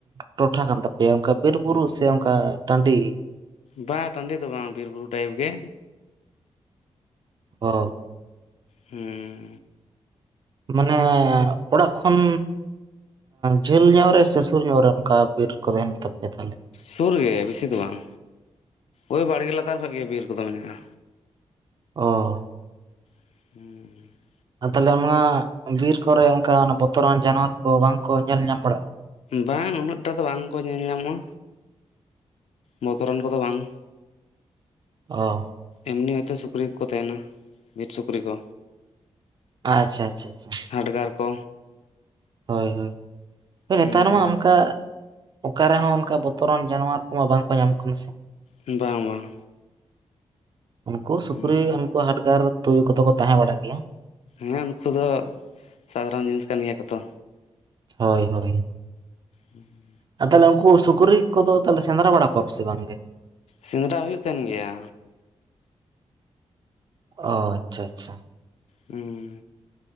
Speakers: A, on the right; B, on the left.
A: ᱴᱚᱴᱷᱟ ᱠᱟᱱ ᱛᱟᱯᱮᱭᱟ ᱚᱱᱠᱟ ᱵᱤᱨ ᱵᱩᱨᱩ ᱥᱮ ᱚᱱᱠᱟ ᱴᱟᱺᱰᱤ?
B: ᱵᱟᱝ ᱴᱟᱺᱰᱤ ᱫᱚ ᱵᱟᱝ ᱵᱤᱨ ᱵᱩᱨᱩ ᱴᱟᱭᱤᱯ ᱜᱮ᱾
A: ᱚ
B: ᱦᱮᱸ
A: ᱢᱟᱱᱮ ᱚᱲᱟᱜ ᱠᱷᱚᱱ ᱡᱷᱟᱹᱞ ᱧᱚᱜ ᱨᱮ ᱥᱮ ᱥᱩᱨ ᱧᱚᱜ ᱨᱮ ᱚᱱᱠᱟ ᱵᱤᱨ ᱠᱚᱫᱚ ᱦᱮᱱ ᱛᱟᱯᱮᱭᱟ ᱛᱟᱦᱞᱮ
B: ᱥᱩᱨ ᱜᱮᱮ ᱵᱮᱥᱤ ᱫᱚ ᱵᱟᱝ ᱳᱭ ᱵᱟᱲᱜᱮ ᱞᱟᱛᱟᱨ ᱠᱷᱚᱡ ᱜᱮ ᱵᱤᱨ ᱠᱚᱫᱚ ᱢᱮᱱᱟᱜᱼᱟ᱾
A: ᱚ
B: ᱦᱮᱸ
A: ᱟᱨ ᱛᱟᱦᱚᱞᱮ ᱟᱢᱟᱜ ᱵᱤᱨ ᱠᱚᱨᱮ ᱚᱱᱠᱟ ᱵᱚᱛᱚᱨᱟᱱ ᱡᱟᱱᱣᱟᱨ ᱠᱚ ᱵᱟᱝ ᱠᱚ ᱧᱮᱞ ᱧᱟᱢ ᱵᱟᱲᱟᱜᱼᱟ
B: ᱵᱟᱝ ᱩᱱᱟᱹᱜ ᱴᱟ ᱫᱚ ᱵᱟᱝ ᱠᱚ ᱧᱮᱞ ᱧᱟᱢᱚᱜᱼᱟ ᱵᱚᱛᱚᱨᱟᱱ ᱠᱚᱫᱚ ᱵᱟᱝ᱾
A: ᱚ
B: ᱮᱢᱱᱤ ᱦᱚᱭᱛᱳ ᱥᱩᱠᱨᱤ ᱠᱚᱠᱚ ᱛᱟᱦᱮᱱᱟ ᱵᱤᱨ ᱥᱩᱠᱨᱤ ᱠᱚ᱾
A: ᱟᱪᱪᱷᱟ ᱟᱪᱪᱷᱟ ᱟᱪᱪᱷᱟ
B: ᱦᱟᱰᱜᱟᱨ ᱠᱚ
A: ᱦᱳᱭ ᱦᱳᱭ ᱱᱮᱛᱟᱨ
B: ᱩᱸ
A: ᱢᱟ ᱚᱱᱠᱟ ᱚᱠᱟᱨ ᱨᱮᱦᱚᱸ ᱚᱱᱠᱟ ᱵᱚᱛᱚᱨᱟᱱ ᱡᱟᱱᱣᱟᱨ ᱠᱚᱢᱟ ᱵᱟᱝ ᱠᱚ ᱧᱟᱢᱚᱜ ᱠᱟᱱᱟ ᱥᱮ
B: ᱵᱟᱝ ᱵᱟᱝ
A: ᱩᱱᱠᱩ ᱥᱩᱠᱨᱤ
B: ᱩᱸ
A: ᱩᱱᱠᱩ ᱦᱟᱴᱜᱟᱨ ᱛᱩᱭᱩ ᱠᱚᱫᱚ ᱠᱚ ᱛᱟᱦᱮᱸ ᱵᱟᱲᱟᱜ ᱜᱮᱭᱟ᱾
B: ᱦᱮᱸ ᱩᱱᱠᱩ ᱫᱚ ᱥᱟᱫᱷᱟᱨᱚᱱ ᱡᱤᱱᱤᱥ ᱠᱟᱱ ᱜᱮᱭᱟ ᱠᱚᱛᱚ᱾
A: ᱦᱳᱭ ᱦᱳᱭ
B: ᱦᱩᱸ ᱦᱩᱸ
A: ᱟᱨ ᱛᱟᱦᱚᱞᱮ ᱩᱱᱠᱩ ᱥᱩᱠᱨᱤ ᱠᱚᱫᱚ ᱛᱟᱦᱚᱞᱮ ᱥᱮᱸᱫᱽᱨᱟ ᱵᱟᱲᱟ ᱠᱚᱣᱟ ᱯ ᱥᱮ ᱵᱟᱝᱜᱮ?
B: ᱥᱮᱸᱫᱽᱨᱟ ᱦᱩᱭᱩᱜ ᱠᱟᱱ ᱜᱮᱭᱟ᱾
A: ᱚ ᱟᱪᱪᱷᱟ ᱟᱪᱪᱷᱟ
B: ᱦᱩᱸ